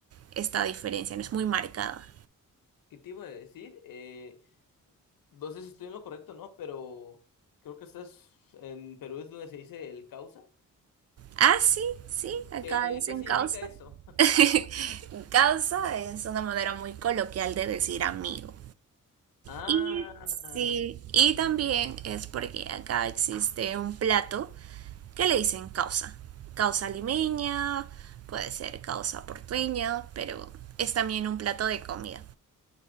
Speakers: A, on the right; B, on the left.
A: esta diferencia, no es muy marcada.
B: ¿Qué te iba a decir? Eh, no sé si estoy en lo correcto, ¿no? Pero creo que estás en Perú es donde se dice el causa.
A: Ah, sí, sí, acá
B: ¿Qué,
A: dicen
B: qué significa
A: causa.
B: eso? <laughs>
A: <laughs> causa es una manera muy coloquial de decir amigo.
B: Ah,
A: Y sí, y también es porque acá existe un plato que le dicen causa. Causa limeña, puede ser causa portueña, pero es también un plato de comida.